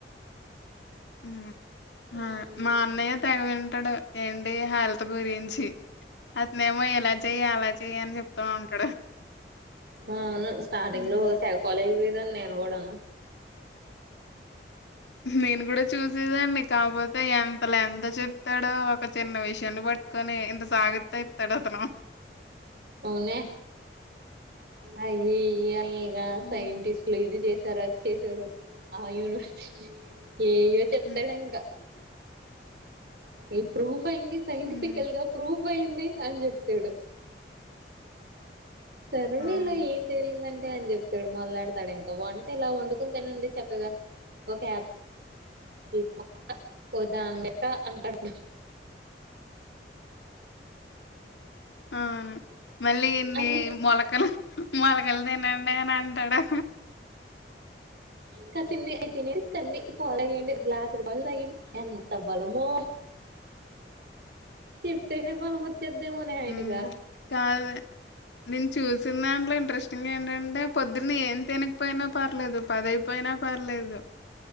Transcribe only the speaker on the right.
ఆ అందే
అవును స్టార్టింగ్
లో తెగ ఫోలో అయిపో యాను నేను కూడను
అ అవునే అయి ఇయి అని రియల్గా
సైంటిస్ట్లు ఇది చేస్త సారు వచ్చేశారు ఆ యూనివర్సిటీ ఏయో చెప్తాడు
ఇంకా ఏ ప్రూఫ్ అయింది సైంటిఫికల్గా
ప్రూ ఫ్ అయింది అని చెప్తాడు సర్వేలో
ఏం తేలింది అం టే అని చెప్తాడు మొదలేడతాడు ఇంకా వంట ఇలా వండుకొని తినండి చక్కగా ఒక యాప్ <unintelligible> దానక అంటాడు
అందుకే
కాసిన్ని అయి తినేసి కొన్ని పాలు తాగేయండి గ్లాసుడు పాలు తాగేయండి ఎంత బలమో చెప్తేనే బలముద్ చెద్దే మోనే ఆయనిగా